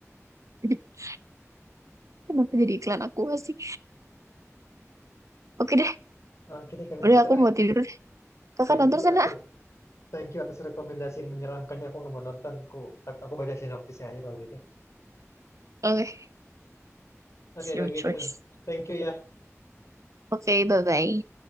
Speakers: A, on the right; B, on the left.
A: <laughs> Kenapa jadi iklan aku sih? Oke deh.
B: Ah, Oke deh kalau
A: Udah
B: gitu
A: aku
B: ah.
A: mau tidur. deh. Kakak
B: Thank
A: nonton
B: you
A: sana.
B: atas thank you atas rekomendasi yang menyeramkannya. Aku nggak mau nonton. Aku aku baca sinopsisnya aja kalau gitu.
A: Okay,
B: Oke
A: it's your
B: kalau
A: choice.
B: gitu. Thank you ya.
A: Okay, bye bye.